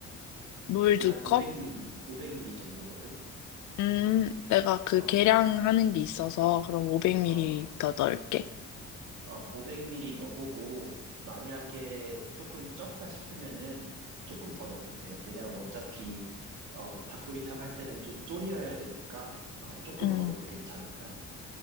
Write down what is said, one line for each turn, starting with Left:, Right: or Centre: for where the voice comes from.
Left: 물
Right: 그게
Left: 두
Right: 한 500ml,
Left: 컵?
Right: 500ml 정도거든.
Left: 음, 내가 그
Right: 어,
Left: 계량하는 게 있어서 그럼 500ml
Right: 어, 어,
Left: 넣을게.
Right: 음, 어, 어, 500ml 넣어보고, 만약에 조금 적다 싶으면은 조금 더 넣어도 돼. 왜냐면 어차피, 어, 닭도리탕 할 때는 좀 졸여야 되니까, 어, 조금
Left: 음,
Right: 더 넣어도 괜찮을 거야.